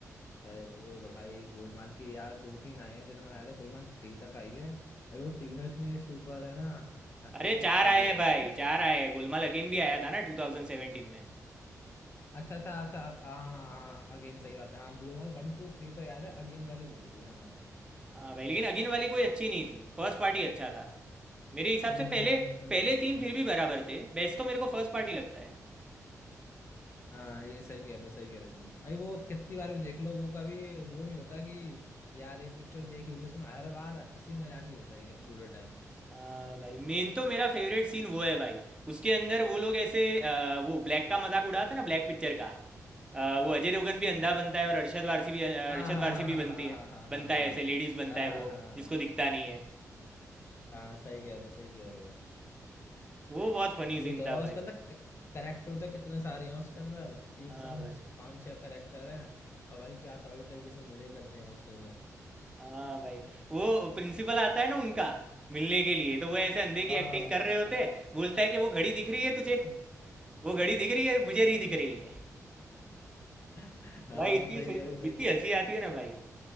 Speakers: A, on the left; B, on the right.
A: अरे वो भाई गोलमाल की यार दो तीन आए हैं जितना मैं याद है गोलमाल थ्री तक आई है अरे वो तीनों इतनी सुपर है ना हंस
B: अरे
A: हंस के
B: चार
A: पागल
B: आए
A: हो
B: हैं
A: जाते
B: भाई
A: हैं
B: चार आए हैं गोलमाल अगेन भी आया था ना 2017 में
A: अच्छा अच्छा अच्छा हाँ हाँ अगेन सही बात है हाँ गोलमाल वन टू थ्री तो याद है अगेन वाली बोल रही मैं
B: हाँ भाई लेकिन अगेन वाली कोई अच्छी नहीं थी फर्स्ट पार्ट ही अच्छा था मेरे हिसाब
A: हम्म
B: से पहले
A: हम्म हम्म
B: पहले
A: हम्म,
B: तीन
A: हम्म।
B: फिर भी बराबर थे बेस्ट तो मेरे को फर्स्ट पार्ट ही लगता है
A: हाँ ये सही कह रहे हो सही कह रहे हो तुम भाई वो कितनी बार भी देख लो वो कभी वो नहीं होता कि यार ये पिक्चर देखी हुई है, उसमें हर बार हंसी मजाक ही होता ही है ये पूरे टाइम
B: हाँ भाई मेन तो मेरा फेवरेट सीन वो है भाई उसके अंदर वो लोग ऐसे अ, वो ब्लैक का मजाक उड़ाते हैं ना ब्लैक पिक्चर का अ, वो अजय देवगन भी अंधा बनता है और अरशद वारसी भी अ,
A: हाँ
B: अरशद
A: हाँ
B: वारसी
A: हाँ हाँ
B: भी बनती है
A: हाँ हाँ हाँ हाँ हाँ
B: बनता है ऐसे लेडीज बनता है
A: हाँ
B: वो
A: हाँ हाँ,
B: जिसको दिखता नहीं है
A: हाँ, सही कह रहे हो सही कह रहे हो
B: वो बहुत फनी
A: ये
B: सीन
A: तो है
B: था
A: और उसके
B: भाई
A: अंदर करेक्टर तो कितने सारे हैं उसके अंदर एक
B: हाँ
A: संग
B: भाई
A: छ- पांच छह करेक्टर हैं और भाई क्या तगड़े तरीके से मजे करते हैं उसके अंदर
B: हाँ भाई वो प्रिंसिपल आता है ना उनका मिलने के लिए तो वो ऐसे अंधे की
A: हाँ
B: एक्टिंग कर रहे होते हैं बोलता है कि वो घड़ी दिख रही है तुझे
A: <laughs>
B: वो घड़ी दिख रही है मुझे नहीं दिख रही है
A: हाँ हाँ,
B: भाई इतनी
A: सही कह रहे हो सही
B: इतनी
A: कह
B: हंसी
A: रहे हो
B: आती है ना भाई